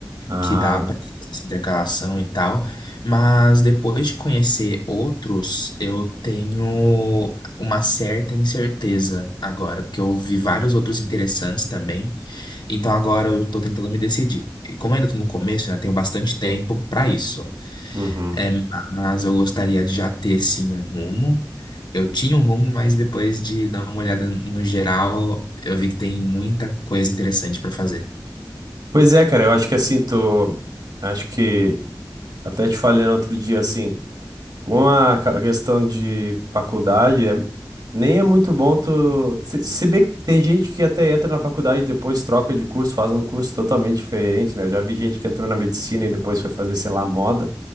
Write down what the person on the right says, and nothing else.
Ah,
uhum.
Pois é, cara, eu acho que assim, tu. Acho que até te falei no outro dia assim. Com a ca- questão de faculdade, é- nem é muito bom tu. Se, se bem que tem gente que até entra na faculdade e depois troca de curso, faz um curso totalmente diferente, né? Eu já vi gente que entrou na medicina e depois foi fazer, sei lá, moda.